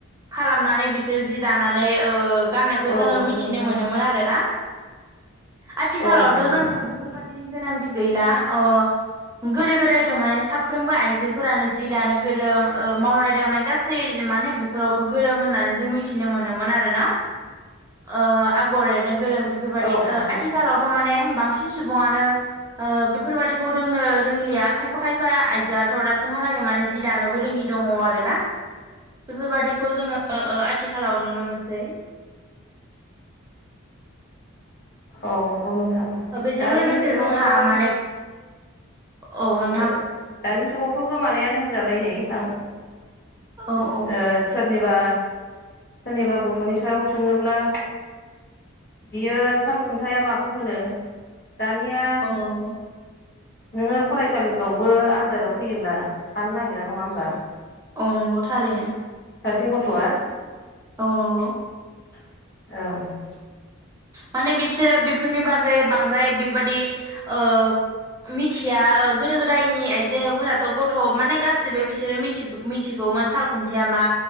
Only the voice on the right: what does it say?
खालामनानै बिसोर जि दानानै ओ गाननायखौ
जोङो
मिथिनो
मोनोमोन आरो ना। आथिखालावथ'
जोङो बेफोरबायदिनो गोनांथि गैला अ गोदो गोदायथ' माने साफ्रोमबो आइजोफोरानो जि दानो गोरों ओ मावनाय दांनाय गासै माने बेफोरावबो गोरों होननानै जों मि थिनो मोनोमोन आरो ना। ओ आगर एरनो गोरों बेफोरबायदि
ओ
आथिखालाव थ' माने बांसिन सुबुंआनो ओ बेफोरबादिखौ रोंनो रोंलिया खायफा -खायफा आयजोआथ' दासिमहालागै। माने जि दानोबो रोङि दङ आरो ना। बेफोरबादिखौ जोङो ओ आथिखालाव नुनो मोनसै।
बेजों
लोगोसे
जोंहा माने औ नों
औ
औ
औ नंगौ
औ नंगौ थारैनो।
औ नंगौ।
माने बिसोरो बेफोरनि बागै बांद्राय बेबादि ओ मिथिया ओ गोदो- गोदायनि आयजोफोराथ' गथ' माने गासिबो बिसोरो मि थि मिथिगौमोन साल खुन्थाय मा